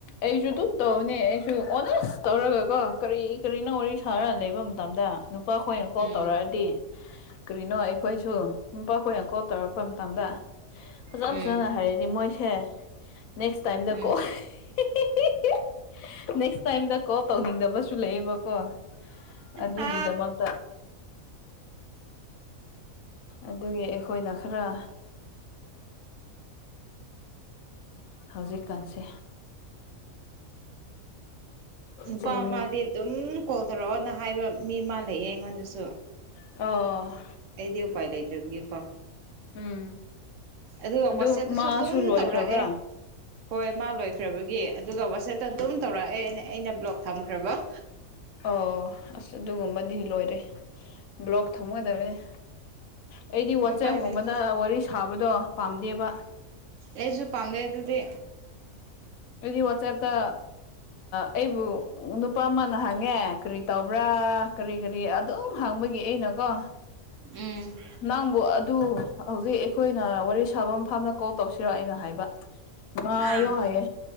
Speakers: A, on the left (about 75°); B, on the right (about 70°).
A: ꯑꯩꯁꯨ ꯑꯗꯨꯝ ꯇꯧꯕꯅꯦ ꯑꯩꯁꯨ ꯑꯣꯅꯦꯁ ꯇꯧꯔꯒ ꯀꯣ ꯀꯔꯤ ꯀꯔꯤꯅꯣ ꯋꯥꯔꯤ ꯁꯥꯔ ꯂꯩꯕ ꯃꯇꯝꯗ ꯅꯨꯄꯥꯈꯣꯏꯅ ꯀꯣꯜ
B: ꯎꯝ
A: ꯇꯧꯔꯛꯑꯗꯤ ꯀꯔꯤꯅꯣ ꯑꯩꯈꯣꯏꯁꯨ ꯅꯨꯄꯥꯈꯣꯏꯅ ꯀꯣꯜ ꯇꯧꯔꯛꯄ ꯃꯇꯝꯗ ꯐꯖ
B: ꯎꯝ
A: ꯐꯖꯅ ꯍꯥꯏꯔꯗꯤ ꯃꯣꯏꯁꯦ ꯅꯦꯛꯁ ꯇꯥꯏꯗ
B: ꯎꯝ
A: ꯀꯣ ꯍꯤꯍꯤꯍꯤꯍꯤ ꯅꯦꯛꯁ ꯇꯥꯏꯝꯗꯣ ꯀꯣꯜ ꯇꯧꯅꯤꯡꯗꯕꯁꯨ ꯂꯩꯌꯦꯕꯀꯣ ꯑꯗꯨꯒꯤꯗꯃꯛ
B: ꯑ
A: ꯑꯗꯨꯒꯤ ꯑꯩꯈꯣꯏꯅ ꯈꯔ ꯍꯧꯖꯤꯛꯀꯥꯟꯁꯦ
B: ꯅꯨꯄ
A: ꯆꯤꯡ
B: ꯑꯃꯗꯤ ꯑꯗꯨꯝ ꯀꯣꯜ ꯇꯧꯔꯛꯑꯣꯅ ꯍꯥꯏꯕ ꯃꯤ ꯑꯃ ꯂꯩꯑꯦ ꯑꯩꯉꯣꯟꯗꯁꯨ
A: ꯑꯣ
B: ꯑꯩꯗꯤ ꯎꯄꯥꯏ ꯂꯩꯇꯕꯒꯤꯀꯣ
A: ꯎꯝ
B: ꯑꯗꯨꯒ
A: ꯑꯗꯨ
B: ꯋꯥꯆꯦꯞꯇꯁꯨ
A: ꯃꯥꯁꯨ
B: ꯑꯗꯨꯝ
A: ꯂꯣꯏꯈ꯭ꯔꯕ꯭ꯔꯥ
B: ꯇꯧꯔꯛꯑꯦ ꯍꯣꯏ ꯃꯥ ꯂꯣꯏꯈ꯭ꯔꯕꯒꯤ ꯑꯗꯨꯒ ꯋꯥꯆꯦꯞꯇ ꯑꯗꯨꯝ ꯇꯧꯔꯛꯑꯦ ꯑꯩꯅ ꯕ꯭ꯂꯣꯛ ꯊꯝꯈ꯭ꯔꯕ
A: ꯑꯣ ꯑꯁ ꯑꯗꯨꯒꯨꯝꯕꯗꯤ ꯂꯣꯏꯔꯦ ꯕ꯭ꯂꯣꯛ ꯊꯝꯒꯗꯕꯅꯤ ꯑꯩꯗꯤ ꯋꯥꯆꯦꯞꯒꯨꯝꯕꯗ
B: ꯎꯄꯥꯏ ꯂꯩꯇꯦ
A: ꯋꯥꯔꯤ ꯁꯥꯕꯗꯣ ꯄꯥꯝꯗꯦꯕ
B: ꯑꯩꯁꯨ ꯄꯥꯝꯖꯩ ꯑꯗꯨꯗꯤ
A: ꯑꯗꯨꯗꯤ ꯋꯥꯆꯦꯞꯇ ꯑꯩꯕꯨ ꯅꯨꯄꯥ ꯑꯃꯅ ꯍꯥꯏ ꯍꯪꯉꯦ ꯀꯔꯤ ꯇꯧꯕ꯭ꯔꯥ ꯀꯔꯤ ꯀꯔꯤ ꯑꯗꯨꯝ ꯍꯥꯡꯕꯒꯤ ꯑꯩꯅꯀꯣ
B: ꯎꯝ
A: ꯅꯪꯕꯨ ꯑꯗꯨ ꯍꯧꯖꯤꯛ ꯑꯩꯈꯣꯏꯅ ꯋꯥꯔꯤ ꯁꯥꯕ ꯃ ꯐꯥꯝꯗ ꯀꯣꯜ ꯇꯧꯁꯤꯔꯛꯑꯣ ꯑꯩꯅ ꯍꯥꯏꯕ ꯑ
B: ꯑꯥ
A: ꯏꯣ ꯍꯥꯏꯌꯦ